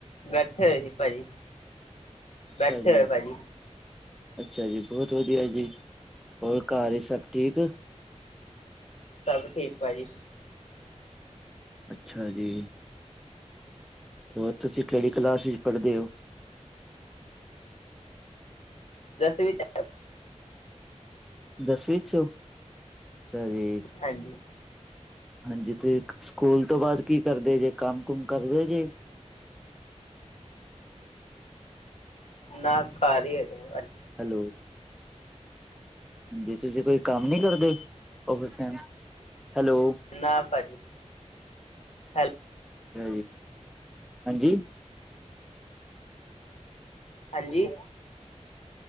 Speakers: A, on the left; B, in the centre.
A: ਬੈਠੇ ਹੋਏ ਸੀ ਭਾਜੀ ਬੈਠੇ
B: ਅੱਛਾ ਜੀ
A: ਹੋਏ ਭਾਜੀ,
B: ਅੱਛਾ ਜੀ ਬਹੁਤ ਵਧੀਆ ਜੀ ਹੋਰ ਘਰ ਇਚ ਸਭ ਠੀਕ
A: ਸਭ ਠੀਕ ਭਾਜੀ
B: ਅੱਛਾ ਜੀ। ਹੋਰ ਤੁਸੀਂ ਕਿਹੜੀ ਕਲਾੱਸ ਵਿੱਚ ਪੜ੍ਹਦੇ ਹੋ?
A: ਦਸਵੀਂ ਕ--।
B: ਦਸਵੀਂ ਚ ਓ, ਅੱਛਾ ਜੀ।
A: ਹਾਂਜੀ।
B: ਹਾਂਜੀ ਤੇ ਸਕੂਲ ਤੋਂ ਬਾਅਦ ਕੀ ਕਰਦੇ ਜੇ ਕੰਮ ਕੁਮ ਕਰਦੇ ਜੇ
A: ਨਾ ਘਰ ਈ ਹੈਗੇ ਅੱਜ
B: ਹੈਲੋ ਹਾਂਜੀ ਤੁਸੀਂ ਕੋਈ ਕੰਮ ਨੀ ਕਰਦੇ ਓਵਰ ਟਾਈਮ ਹੈਲੋ
A: ਨਾ ਭਾਜੀ ਹੈਲ
B: ਸ ਹਾਂਜੀ <inaudible>
A: ਹਾਂਜੀ